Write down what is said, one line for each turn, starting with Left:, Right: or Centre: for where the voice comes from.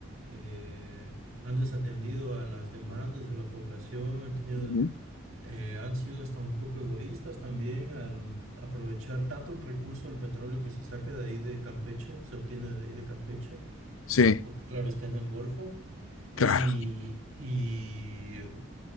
Right: eh, han desatendido a las demandas de la población, han tenido,
Left: ujú,
Right: eh, han sido hasta un poco egoístas también al aprovechar tanto el recurso del petróleo que se saca de ahí de Campeche, se obtiene de ahí de Campeche
Left: Sí,
Right: porque claro, está en el Golfo y,
Left: claro.
Right: y, em,